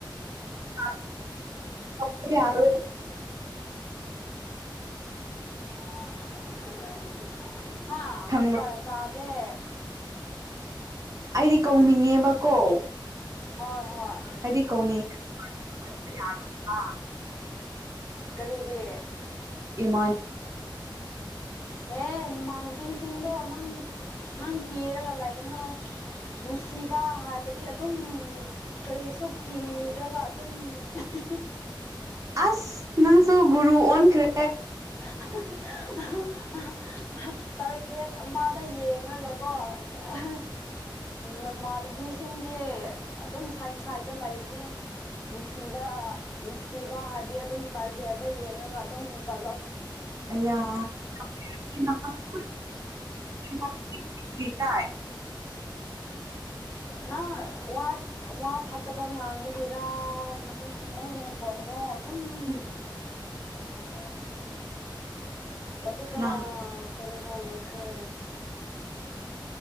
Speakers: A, on the right; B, on the left.
A: <unintelligible> ꯌꯥꯔꯣꯏ
B: <unintelligible> ꯍꯥꯥ
A: ꯈꯪꯕ꯭ꯔꯥ
B: <unintelligible> ꯇꯥ ꯗꯦ
A: ꯑꯩꯗꯤ ꯀꯧꯅꯤꯡꯉꯦꯕꯀꯣ
B: ꯍꯣꯏ ꯍꯣꯏ
A: ꯑꯩꯗꯤ ꯀꯧꯅꯤꯡꯉꯦ <unintelligible> ꯀꯧꯕ ꯌꯥꯔꫭꯏꯕ
B: ꯀꯔꯤꯒꯤ
A: ꯏꯃꯥꯟ
B: ꯍꯦ ꯅꯃꯥꯟꯅꯕꯤꯁꯤꯡꯗꯣ ꯅꯪ ꯅꯪ ꯀꯤꯔꯒ ꯂꯩꯒꯅꯨ ꯅꯨꯡꯁꯤꯕ ꯍꯥꯏꯕꯗꯤ ꯑꯗꯨꯝ ꯀꯔꯤꯁꯨ ꯀꯤꯗ꯭ꯔꯒ ꯑꯗꯨꯝ <unintelligible>
A: ꯑꯥꯁ ꯅꯪꯁꯨ ꯒꯨꯔꯨ ꯑꯣꯟꯈ꯭ꯔꯦ
B: <unintelligible> ꯇꯥꯔꯒꯦꯠ ꯑꯃꯗ ꯌꯦꯡꯔꯒꯀꯣ <unintelligible> ꯎꯝ ꯅꯃꯥꯟꯅꯕꯤꯁꯤꯡꯗꯤ ꯑꯗꯨꯝ ꯁꯥꯏꯠ ꯁꯥꯏꯠꯇ ꯂꯩꯕꯅꯦ ꯅꯨꯡꯁꯤꯕ ꯅꯨꯡꯁꯤꯕ ꯍꯥꯏꯕꯗꯤ ꯑꯗꯨꯝ ꯇꯥꯔꯒꯦꯠꯗ ꯌꯦꯡꯉꯒ ꯑꯗꯨꯝ ꯆꯠꯂꯣ
A: ꯑꯩꯌꯥ <unintelligible> ꯀꯔꯤ ꯀꯥꯏ
B: ꯅꯪ ꯋꯥꯠ ꯋꯥ ꯐꯠꯇꯕ ꯉꯥꯡꯕꯒꯤꯔ ꯅꯪ ꯅꯪꯒꯤ ꯅꯈꯣꯟꯗꯣ ꯑꯗꯨꯝ
A: <unintelligible>
B: <inaudible> <unintelligible> ꯆꯠꯂꯒ
A: ꯅꯍꯥꯟ
B: ꯂꯩꯈ꯭ꯔꯦ